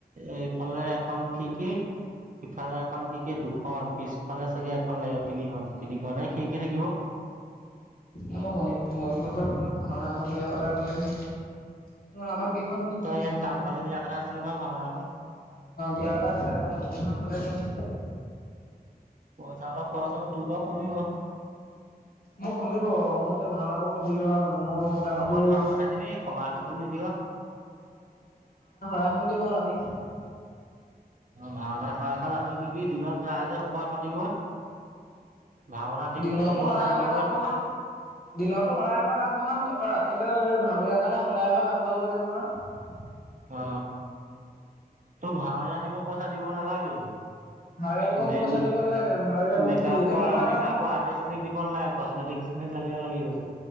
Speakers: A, on the right; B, on the left.
A: এইফালে এখন খিৰিকি। সিফালে এখন খিৰিকী দুখন পিছফালে চাগে এখন লাগিব তিনিখন তিনিখনেহে খিৰিকী থাকিব।
B: মই মণি মণিপুৰ পৰা অলপ ভাওনা এখন দিয়া কথা কৈ আছো ন। ন আমাক কেইখন খিৰিকী
A: তই
B: দিছে
A: ইয়াত কাম
B: এখন
A: পালে
B: অ',
A: দিয়া কথা আছিলে নহয় ভাওনা এখন
B: দিয়া কথা আছিলে তাকে <unintelligible> হলে দিম।
A: পইছা অলপ খৰচ হব তোৰ বাৰু কমিব।
B: মোক কমিব মই এতিয়া ভাওনাৰ লগত ঘূৰি থকা মোৰ মোটামুটি
A: তই অকল
B: <unintelligible> হয়।
A: ভাওনাহে দিবি সবাহটোতো নিদিয়
B: <unintelligible> ব ৰাতি
A: ভাওনা <unintelligible> ৰাতি দিবি দিনত ৰাইজে সবা পাতিব। ভাওনা টিমটো
B: দিনততো
A: তোৰ পইচা
B: শৰাই
A: নলয়
B: এভাগ আগবঢ়াম, দিনততো শৰাই এভাগ আগবঢ়াম ত অ ৰাতিলৈ ভাৱৰিয়াৰ কাৰণে শৰাই এভাগ আগবঢ়াব লাগিব নহয়।
A: অ তোৰ ভাৱৰীয়াতিমক পইচা দিব নালাগে।
B: <inaudible>
A: মে
B: মোক পইচা
A: মেকআপ
B: দিব নালাগে ভাৱৰীয়া মই ফ্ৰী এতিয়া মই এতিয়া
A: মেকআপৰ
B: মই
A: আৰ্টিষ্ট খিনিক দিব নালাগে কচমেটিক নেট লাগিয়া লাগি গজ